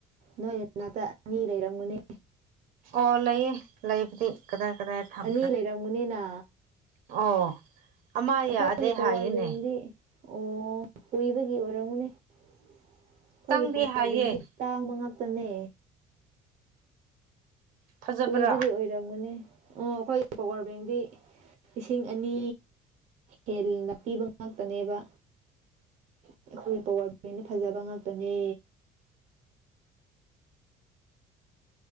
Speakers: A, on the right; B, on the right.
A: ꯅꯣꯏ ꯅꯥꯇꯛ ꯑꯅꯤ ꯂꯩꯔꯝꯒꯅꯤ
B: ꯑꯣ ꯂꯩꯌꯦ ꯂꯩꯕꯨꯗꯤ ꯀꯗꯥꯏ ꯀꯗꯥꯏ ꯊꯝ
A: ꯃꯤ ꯂꯩꯔꯝꯒꯅꯤꯅ
B: ꯑꯣ ꯑꯃ ꯌꯥꯗꯦ
A: ꯑꯩꯈꯣꯏꯒꯤ
B: ꯍꯥꯏꯌꯦꯅꯦ
A: ꯄꯋꯥꯔ ꯕꯦꯡꯗꯤ ꯑꯣ ꯀꯣꯏꯏꯕꯒꯤ ꯑꯣꯏꯔꯝꯃꯨꯅꯦ ꯑꯩꯈꯣꯏꯒꯤ
B: ꯆꯪꯗꯦ
A: ꯄꯋꯥꯔ
B: ꯍꯥꯏꯌꯦ
A: ꯕꯦꯡꯒꯤ ꯇꯥꯡꯕ ꯉꯥꯛꯇꯅꯦ
B: ꯐꯖꯕ꯭ꯔꯥ
A: ꯀꯨꯏꯕꯗꯤ ꯑꯣꯏꯔꯝꯒꯅꯤ ꯑꯣ ꯑꯩꯈꯣꯏꯒꯤ ꯄꯋꯥꯔ ꯕꯦꯡꯗꯤ ꯂꯤꯁꯤꯡ ꯑꯅꯤ ꯍꯦꯟꯅ ꯄꯤꯕ ꯉꯥꯛꯇꯅꯦꯕ ꯑꯩꯈꯣꯏꯒꯤ ꯄꯋꯥꯔ ꯕꯦꯡꯗꯤ ꯐꯖꯕ ꯉꯥꯛꯇꯅꯦ